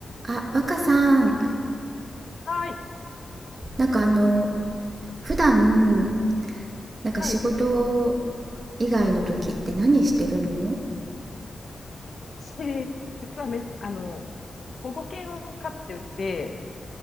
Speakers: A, on the right; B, on the left.
A: あ、若さん、
B: はい。
A: なんかあの、普段、なんか仕事
B: はい。
A: 以外の時って何してるの
B: 私、実はめ、あの、保護犬を飼ってて、